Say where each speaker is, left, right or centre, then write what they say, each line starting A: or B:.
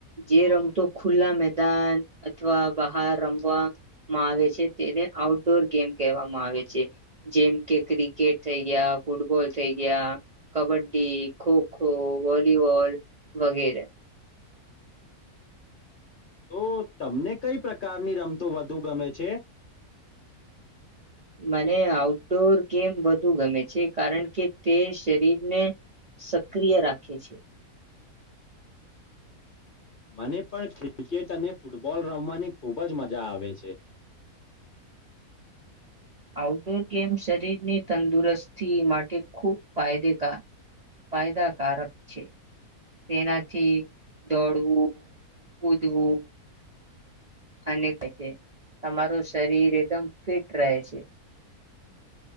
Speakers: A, on the right (about 40°); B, on the left (about 45°).
A: જે રમતો ખુલ્લા મેદાન અથવા બહાર રમવામાં આવે છે તેને આઉટડોર ગેમ કહેવામાં આવે છે જેમ કે ક્રિકેટ થઈ ગયા ફૂટબોલ થઈ ગયા કબડ્ડી ખોખો વોલીબોલ વગેરે
B: તો તમને કઈ પ્રકારની રમતો વધુ ગમે છે
A: મને આઉટડોર ગેમ વધુ ગમે છે કારણ કે તે શરીરને સક્રિય રાખે છે
B: મને પણ ક્રિકેટ અને ફૂટબોલ રમવાની ખૂબ જ મજા આવે છે
A: આઉટડોર ગેમ શરીરની તંદુરસ્તી માટે ખૂબ ફાયદ ફાયદાકારક છે તેનાથી દોડવું ઉદવું અને કહે છે તમારું શરીર એકદમ ફિટ રહે છે